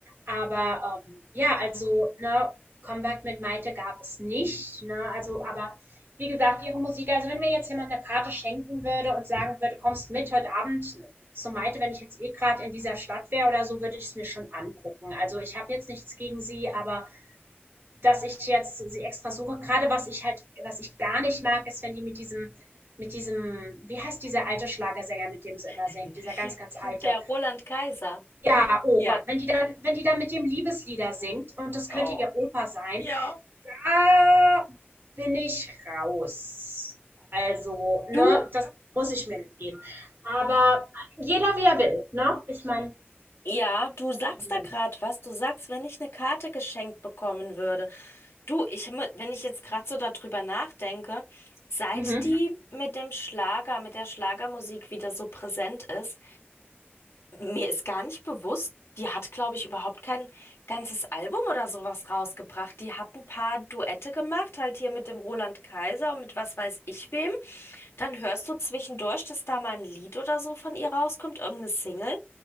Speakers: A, on the right (about 60°); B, on the left (about 80°).
A: Aber ähm, ja, also, ne, Comeback mit Maite gab es nicht, ne? Also, aber wie gesagt, ihre Musik, also wenn mir jetzt jemand eine Karte schenken würde und sagen würde, kommst mit heute Abend zu Maite, wenn ich jetzt eh gerade in dieser Stadt wäre oder so, würde ich es mir schon angucken. Also ich habe jetzt nichts gegen sie, aber dass ich jetzt sie extra suche. Gerade was ich halt, was ich gar nicht mag, ist, wenn die mit diesem, mit diesem, wie heißt dieser alte Schlagersänger, mit dem sie immer
B: <laughs>
A: singt, dieser ganz, ganz alte.
B: Der Roland Kaiser.
A: Ja, oh
B: Ja.
A: Gott, wenn die dann, wenn die dann mit dem Liebeslieder singt und das könnte
B: oh
A: ihr Opa sein,
B: Ja.
A: da bin ich raus. Also, ne,
B: Du,
A: das muss ich mir nicht geben. Aber jeder wie er will, ne? Ich meine.
B: ja, du sagst
A: Mhm.
B: da gerade was. Du sagst, wenn ich eine Karte geschenkt bekommen würde. Du, ich, mu- wenn ich jetzt gerade so darüber nachdenke, seit
A: Mhm.
B: die mit dem Schlager, mit der Schlagermusik wieder so präsent ist, Mir ist gar nicht bewusst, die hat, glaube ich, überhaupt kein ganzes Album oder sowas rausgebracht. Die hat ein paar Duette gemacht, halt hier mit dem Roland Kaiser und mit was weiß ich wem. Dann hörst du zwischendurch, dass da mal ein Lied oder so von ihr rauskommt, irgendeine Single.